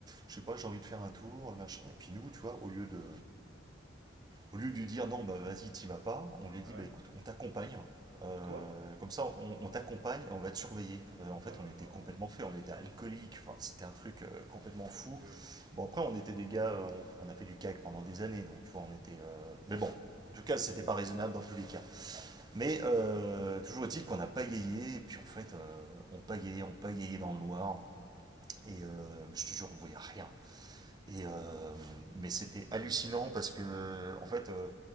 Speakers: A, on the right (about 20°); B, on the right (about 65°).
A: je sais pas, j'ai envie de faire un tour, machin. Et puis nous, tu vois, au lieu de, au lieu de lui dire, non, bah vas-y, t'y vas pas, on lui a
B: Bah
A: dit,
B: ouais.
A: bah écoute, on t'accompagne. Euh,
B: Quoi?
A: comme ça, on, on t'accompagne, on va te surveiller. Euh, en fait,
B: Oh là
A: on était
B: là.
A: complètement fait, on était alcoolique, enfin, c'était un truc euh, complètement
B: Oh là là, mon
A: fou.
B: Dieu.
A: Bon, après, on était des gars, on, on a fait du CAC pendant des années, donc tu vois, on était. euh, Mais bon, en tout cas, c'était pas raisonnable dans tous les cas. Mais euh, toujours est-il qu'on a pagayé, et puis en fait, euh, on pagayait, on pagayait dans le noir, et euh, je te jure, on voyait rien. Et euh, mais c'était hallucinant parce que, en fait, euh,